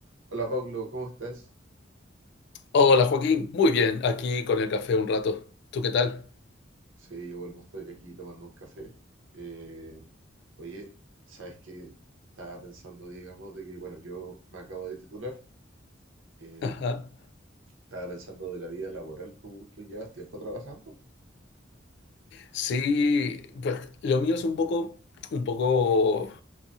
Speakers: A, on the right; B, on the left.
A: Hola Pablo, ¿cómo estás?
B: Hola Joaquín, muy bien, aquí con el café un rato. ¿Tú qué tal?
A: Sí, yo vuelvo, estoy aquí tomando un café. Eh, oye, ¿sabes qué? Estaba pensando, digamos, de que, bueno, yo me acabo de titular. eh,
B: Ajá.
A: estaba pensando de la vida laboral. ¿Tú, tú llevas tiempo trabajando?
B: Sí, pues lo mío es un poco, un poco,